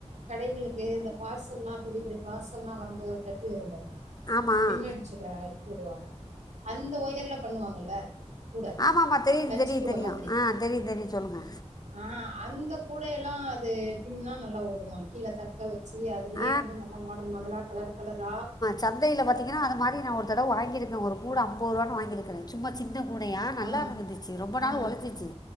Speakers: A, on the right (about 75°); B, on the left (about 35°).
A: கடைகளுக்கு இந்த பார்சல்லா பெரிய பெரிய பார்சல்லா வரும்போது அது கட்டி வரும்பாருங்க
B: ஆமாம்
A: பின்னடிச்சு அனுப்பி விடுவாங்க அந்த ஒயர்ல பண்ணுவாங்கல்ல கூட
B: ஆமாமா தெரியு
A: லன்ச்
B: தெரியு
A: கூட
B: தெரியு
A: மாதிரி
B: ஆ தெரியு தெரியு சொல்லுங்க
A: ஆ அந்த கூடைய எல்லா அது பின்னா நல்லா ஓடுமா கீழே த க்க வச்சு அதுலேயே
B: ஆ
A: வந்து நல்லா மாடல் மாடலா கலர் கலரா
B: சந்தையில பாத்தீங்கன்னா அது மாரி நா ஒரு தடவ வாங்கிருக்கே ஒரு கூட அம்பது ரூபானு வாங்கிரு குற சும்மா சின்ன கூடையா
A: ஆ
B: நல்லா இருந்துந்துச்சு ரொம்ப
A: ஆ
B: நாள் ஒழசிச்சு